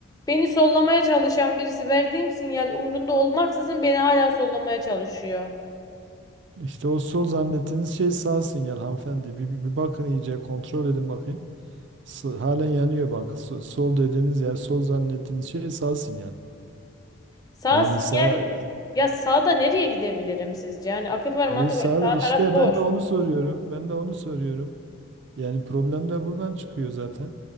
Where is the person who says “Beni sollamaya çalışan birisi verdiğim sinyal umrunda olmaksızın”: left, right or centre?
Left